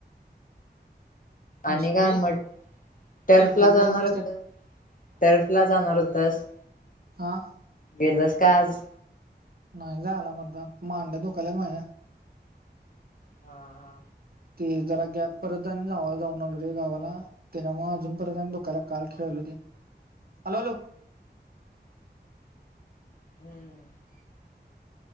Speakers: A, on the left; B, on the right.
A: आणि
B: नुसती
A: काय मट, टर्फला
B: किरकिर
A: जाणार
B: करत बसत्यात
A: होतं, टर्फ ला जाणार होतस?
B: हां.
A: गेलंस का आज?
B: नाही जाणार मर्दा, मांड्या धुकाल्यात माझ्या.
A: हा-हा.
B: ते जरा गॅप परत <unintelligible> जाऊन आलो रे गावाला. त्याच्यामुळे अजून परत आंग दुखाल्यात काल खेळलो ते. आलो-आलो.
A: <unintelligible>